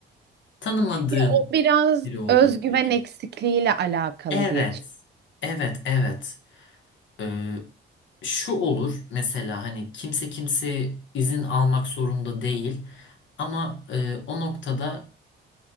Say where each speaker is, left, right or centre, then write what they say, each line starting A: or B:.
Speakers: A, on the left; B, on the right.
A: tanımadığın
B: Ya o biraz
A: biri olduğunu
B: özgüven
A: belki.
B: eksikliğiyle alakalı
A: Evet.
B: diye düşünüyorum.
A: Evet, evet. Ee, şu olur mesela hani kimse kimse izin almak zorunda değil ama e, o noktada